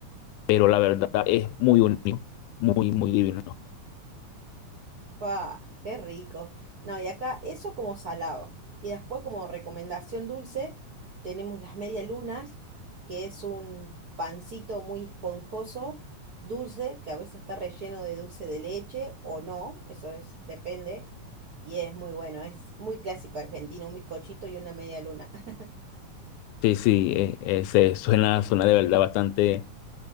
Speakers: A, on the left; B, on the right.
A: pero la verdad es muy único, muy, muy divino.
B: Pa, qué rico. No, y acá eso como salado. Y después como recomendación dulce, tenemos las medialunas, que es un pancito muy esponjoso, dulce, que a veces está relleno de dulce de leche o no, eso es, depende. Y es muy bueno, es muy clásico argentino, un bizcochito y una media luna. <laughs>
A: Sí, sí, eh, eh, se- suena, suena de verdad bastante.